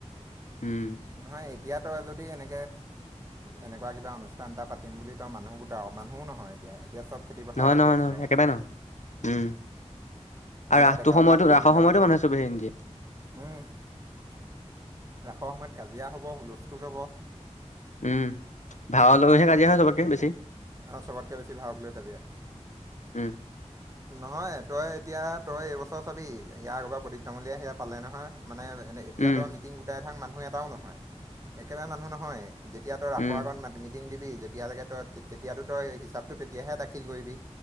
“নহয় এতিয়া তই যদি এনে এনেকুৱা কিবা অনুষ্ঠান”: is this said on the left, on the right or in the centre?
Right